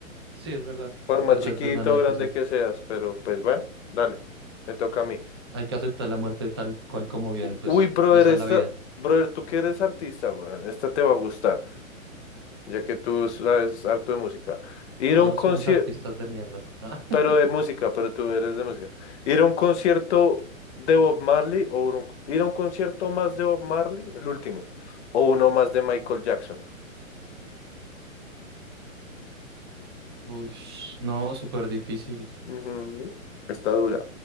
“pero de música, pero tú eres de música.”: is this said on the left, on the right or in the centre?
Left